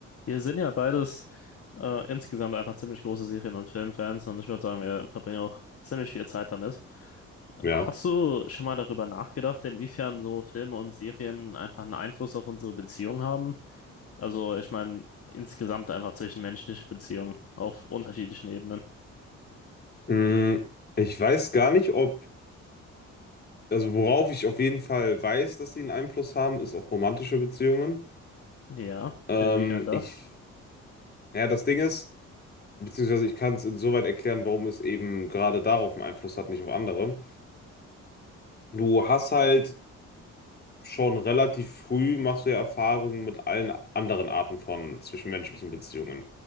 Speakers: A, on the left; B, on the left.
A: Wir sind ja beides äh, insgesamt einfach ziemlich große Serien- und Filmfans und ich würde sagen, wir verbringen auch ziemlich viel Zeit damit.
B: Ja.
A: Hast du schon mal darüber nachgedacht, inwiefern so Filme und Serien einfach einen Einfluss auf unsere Beziehung haben? Also, ich meine, insgesamt einfach zwischenmenschliche Beziehungen auf unterschiedlichen Ebenen.
B: Mm, Ich weiß gar nicht, ob, also worauf ich auf jeden Fall weiß, dass sie einen Einfluss haben, ist auf romantische Beziehungen.
A: Ja,
B: Ähm,
A: inwiefern das?
B: ich, ja, das Ding ist, beziehungsweise ich kann es insoweit erklären, warum es eben gerade darauf einen Einfluss hat, nicht auf andere. Du hast halt schon relativ früh machst du ja Erfahrungen mit allen anderen Arten von zwischenmenschlichen Beziehungen.